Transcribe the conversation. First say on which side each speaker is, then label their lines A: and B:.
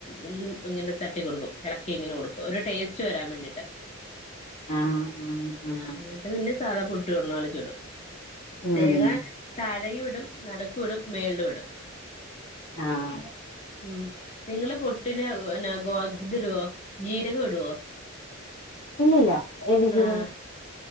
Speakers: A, on the left; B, on the left.
A: ഒന്നും ഇങ്ങനെ തട്ടി കൊടുക്കും ഇളക്കിയിങ്ങനെ കൊടുക്കും ഒരു ടേസ്റ്റ് വരാൻ വേണ്ടീട്ട്
B: ആഹ ആഹ് ആഹ
A: എന്നിട്ട് പിന്നെ സാധാ പുട്ട് ചുട്ണപോലെ ചൂടും
B: ഉം
A: തേങ്ങ താഴെയുഇടും നട്ക്കും ഇടും മേളിലും ഇടും
B: ആഹ്
A: ഉം നിങ്ങള് പുട്ടിന് പിന്നെ ഗോ ഇത്ഇടുവോ ജീരകം ഇടുവോ
B: ഇല്ലില്ല ഏത് ജീരകം
A: ആഹ്